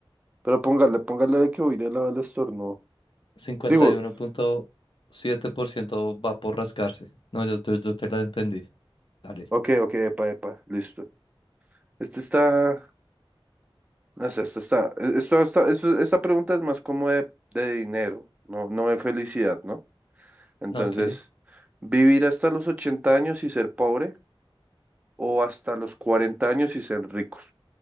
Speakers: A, on the right; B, on the left.
A: Pero póngale, póngale de que voy de lado al estornudo.
B: cincuenta
A: Digo,
B: y uno punto siete por ciento va por rascarse. No, yo, yo, yo te la entendí. Dale.
A: ok, ok, epa, epa, listo. Este está... No sé, esto está, esto está- esto- esta pregunta es más como de, de dinero, no, no de felicidad, ¿no? Entonces,
B: No, qué
A: ¿vivir hasta los 80 años y ser pobre o hasta los 40 años y ser ricos?